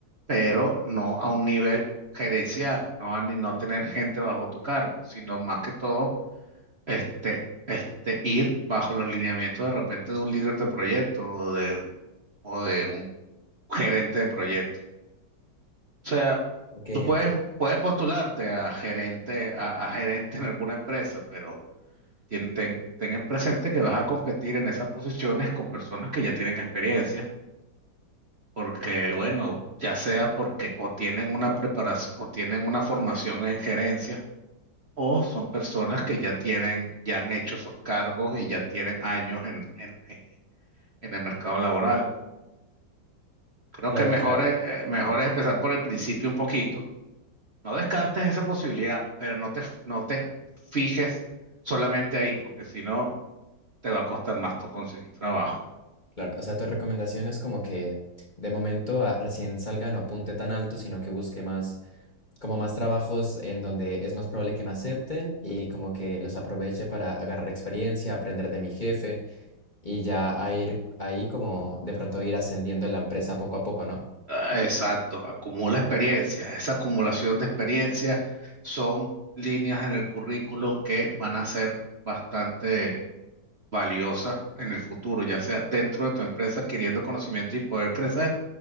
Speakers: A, on the right; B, on the left.
A: pero no a un nivel gerencial, no a ni- no tener gente bajo tu cargo, sino más que todo este, este, ir bajo los lineamientos de repente de un líder de proyecto o de, o de un gerente de proyecto. O sea,
B: Ok, entiendo.
A: tú puedes, puedes postularte a gerente, a, a gerente en alguna empresa, pero tien- ten, ten en presente que vas a competir en esas posiciones con personas que ya tienen experiencia, porque bueno, ya sea porque o tienen una preparación o tienen una formación en gerencia, o son personas que ya tienen, ya han hecho esos cargos y ya tienen años en, en, en en el mercado laboral. Creo
B: Claro,
A: que mejor
B: claro,
A: es, eh, mejor es empezar por el principio un poquito No descartes esa posibilidad, pero no te, no te fijes solamente ahí, porque si no, te va a costar más to- conseguir trabajo.
B: claro. O sea, tu recomendación es como que de momento a- recién salga no apunte tan alto, sino que busque más, como más trabajos en donde es más probable que me acepten y como que los aproveche para agarrar experiencia, aprender de mi jefe y ya a ir ahí como de pronto ir ascendiendo en la empresa poco a poco, ¿no?
A: Ah, Exacto, acumula experiencias. Esa acumulación de experiencias son líneas en el currículum que van a ser bastante valiosas en el futuro, ya sea dentro de tu empresa adquiriendo conocimiento y poder crecer,